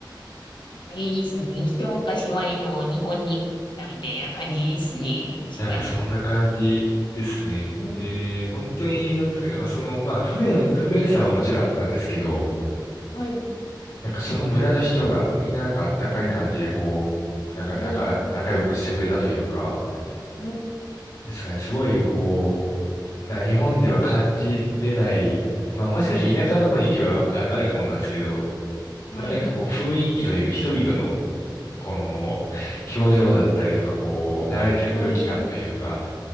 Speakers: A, on the left; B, on the left.
A: あれですね、一昔前の日本に戻ったみたいな感じですね、確かに。
B: なんかそんな感じですね。
A: うん、
B: で、本当に、なんですかね、まあその、まあ不便、不便さはもちろんあったんですけど、
A: はい、
B: なんかその村の人が、みんななんかあったかい感じで、
A: うん、
B: こう、なんか仲、
A: うん、
B: 仲良くしてくれたというか、
A: うん、
B: なんですかね、すごい、こう、なんか日本では感じれない、まあもしかして田舎の方に行けばわ、あの、あるかもなんですけど、
A: はい、
B: まあなんかこう雰囲気というか、人々の、この、表情だったりとか、こう、流れてる空気感というか、
A: はい、